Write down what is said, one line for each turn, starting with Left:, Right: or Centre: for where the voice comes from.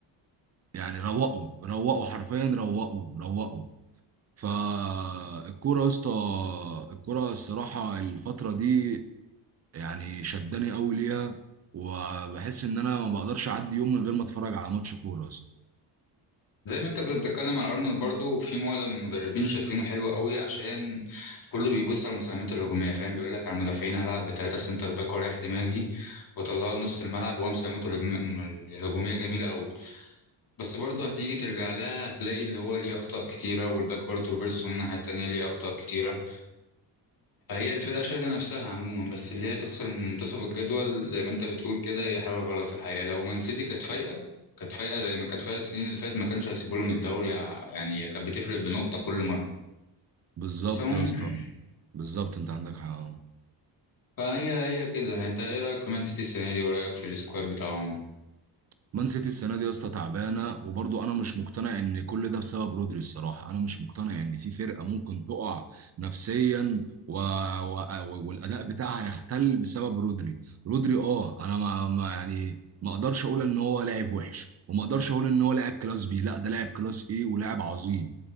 Right: يعني روقوا روقوا حرفيا روقوا روقوا فالكورة يا اسطى الكورة الصراحة الفترة دي يعني شداني قوي ليها وبحس ان انا ما بقدرش اعدي يوم من غير ما اتفرج على ماتش كورة يا اسطى
Left: زي ما أنت كنت بتتكلم عن أرنولد برضو في معظم المدربين شايفينه حلو قوي عشان كله بيبص على المساهمات الهجومية فاهم بيقول لك على المدافعين هلعب بثلاثة سنتر باك ورايح دماغي وأطلعه لنص الملعب وهو مساهمته الهجم- الهجومية جميلة قوي بس برضه هتيجي ترجع لها هتلاقي اللي هو ليه أخطاء كتيرة والباك برضه روبرتسون الناحية التانية ليه أخطاء كتيرة هي الفرقة شايلة نفسها عموما بس اللي هي تخسر من منتصف الجدول زي ما انت بتقول كده هي حاجة غلط الحقيقة لو مان سيتي كانت فايقة كانت فايقة زي ما كانت فايقة السنين اللي فاتت ما كانش هيسيبوا لهم الدوري ع- يعني كانت بتفرق بنقطة كل مرة
Right: بالظبط
Left: بس عموما
Right: يا اسطى بالظبط انت عندك حق
Left: فهي هي كده انت ايه رأيك في مان سيتي السنة دي ورأيك في السكواد بتاعهم
Right: مان سيتي السنه دي يا اسطى تعبانه وبرضه انا مش مقتنع ان كل ده بسبب رودري الصراحه انا مش مقتنع ان في فرقه ممكن تقع نفسيا و... و... والاداء بتاعها يختل بسبب رودري رودري اه انا ما... ما يعني ما اقدرش اقول ان هو لاعب وحش وما اقدرش اقول ان هو لاعب كلاس بي لا ده لاعب كلاس ايه ولاعب عظيم